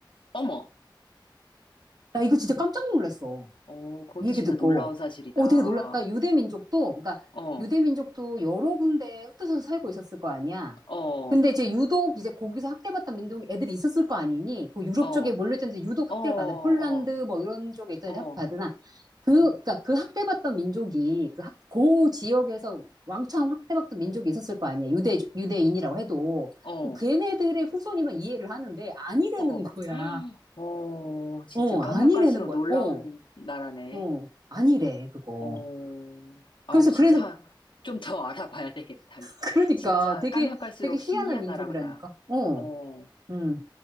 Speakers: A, on the left; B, on the right.
A: 어머!
B: 나 이거 진짜 깜짝 놀랐어.
A: 어, 그것도
B: 이 얘기
A: 진짜
B: 듣고
A: 놀라운 사실이다.
B: 어 되게 놀랄까 유대 민족도 그러니까
A: 어,
B: 유대 민족도 여러 군데 흩어져서 살고 있었을 거 아니야.
A: 어, 어,
B: 근데 이제 유독 이제 거기서 학대받던 민족 애들이 있었을 거 아니니 그 유럽
A: 어, 어,
B: 쪽에 몰려있던데 유독 학대를
A: 어,
B: 받아 폴란드 뭐 이런 쪽에 있던
A: 어,
B: 애들 학대받으나 그
A: 어,
B: 그러니까 그 학대받던 민족이 그 학, 그 지역에서 왕창 학대받던 민족이 있었을 거 아니야 유대 유대인이라고 해도
A: 어,
B: 걔네들의 후손이면 이해를 하는데 아니라는
A: 어.
B: 거야
A: <gasps> 어, 진짜
B: 어
A: 까면
B: 아니라는
A: 깔수록
B: 거야
A: 놀라운
B: 어
A: 나라네.
B: 어, 아니래 그거
A: 어, 아우,
B: 그래서
A: 진짜
B: 그래서
A: 좀 더 <laughs> 알아봐야 되겠다.
B: 그러니까
A: 진짜
B: 되게
A: 까면 깔수록
B: 되게
A: 신기한
B: 희한한 민족이라니까
A: 나라보다.
B: 어
A: 어.
B: 음.